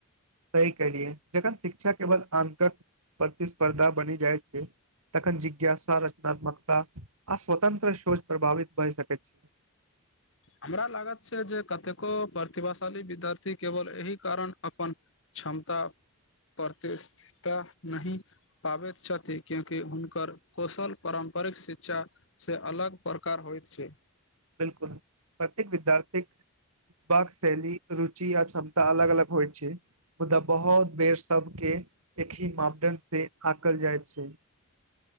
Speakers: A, on the right (about 85°); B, on the left (about 60°).
A: सही केलियै जखन शिक्षा केवल अंकक प्रतिस्पर्धा बनि जाइ छै तखन जिज्ञासा रचनात्मकता आ स्वतन्त्र सोच प्रभावित भइ सकै <inaudible>
B: हमरा लागत छै जे कतेको प्रतिभाशाली विद्यार्थी केवल एहि कारण अपन क्षमता प्रतिष्ठिता नहि पाबैत छथि क्योंकि हुनकर कौशल परम परिक शिक्षा से अलग प्रकार होइत छै
A: बिल्कुल प्रत्येक विद्यार्थीक सिखबाक शैली रुचि आ क्षमता अलग अलग होइ छै मुदा बहुत बेर सभके एकहि मापदण्डसे आँकल जाइत छै